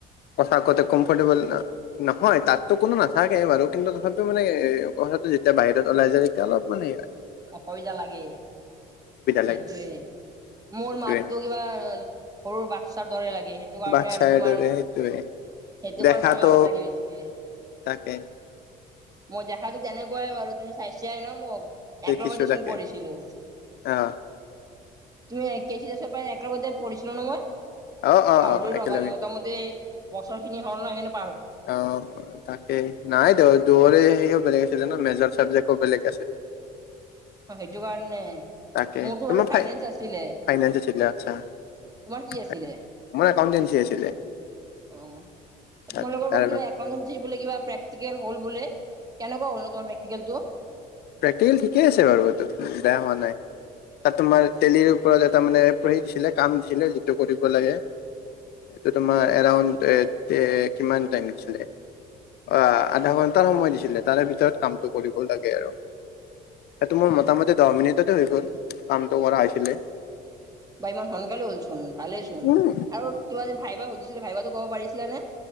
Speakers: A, on the left; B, on the right.
A: কথা কতে কমফৰ্টেবল ন নহয় তাতটো কোনো নাথাকে বাৰু কিন্তু তথাপিও মানে এ কথাটো যেতিয়া বাহিৰত ওলাই যায় তেতিয়া অলপ মানে
B: অসুবিধা লাগে। সেইটোৱে,
A: লাগে
B: মোৰ
A: সেইটোৱে
B: মাতটো কিৱা, সৰু বাক্সাৰ দৰে লাগে সেই সটো কাৰণে
A: বাচ্ছাৰ
B: আৰু তোমাৰ,
A: দৰে সেইটোৱে
B: সেইটো
A: দেখাতো
B: কাৰনে আৰু লাজ লাগে বেছিকে।
A: তাকে
B: মই দেখাতো তেনেকুৱাই আৰু তুমি চাইছাই'ন মোক?
A: দেখিছো
B: এক লগে চোন
A: তাকে
B: পঢ়িছিলো।
A: অ
B: তুমি কেচি দছৰ পায় এক লগতে পঢ়িছিল ন
A: অ অ
B: পাহলো
A: অ একেলগে
B: ৰ'বা মোটামুটি, বছৰ খিনি হল ন' হ
A: অ তাকেই, নাই দে দৰে হেৰিও বেলেগ আছিলে ন, মেজৰ চাবজেক্টও বেলেগ আছিলে।
B: অ সেইটো কাৰণে।
A: তাকে
B: মোৰতো
A: তোমাৰ
B: বাৰু ফাইনেন্স
A: ফাই
B: আছিলে। তোমাৰ
A: ফাইনেন্স আছিলে আচ্ছা
B: কি আছিলে?
A: তাকে। মোৰ একাউনটেঞ্চি আছিলে।
B: অঁ।
A: তাৰে
B: তোমালোকৰ
A: তাৰে
B: পৰা কিবা একাউটেচিত কিবা প্ৰেক- টিকেল হ'ল বোলে, কেনেকুৱা হ'ল নু তোমাৰ প্ৰেকটিকেলটো?
A: প্ৰেক্টিকেল ঠিকেই আছে বাৰু ইটো, বেয়া হোৱা নাই। তাত তোমাৰ তেলিৰ ওপৰত এটা মানে পঢ়ি দিছিলে, কাম দিছিলে, যিটো কৰিব লাগে। এটো তোমাৰ এৰাউণ্ড এ কিমান টাইনছিলে? অ আধা ঘন্টাৰ সময় দিছিলে তাৰে ভিতৰত কামটো কৰিব লাগে আৰু। এটো তুমাৰ
B: অ
A: মোটামুটি দহ মিনিটতে হৈ যায়, কামটো কৰা হৈছিলে।
B: বা ইমান সোনকালে হ'লচোন ভালেই চোন,
A: উম,
B: আৰু কিবা যে ভাইবা সুধিছিলে ভাইবা'তু ক'ব পাৰিছিলা নে?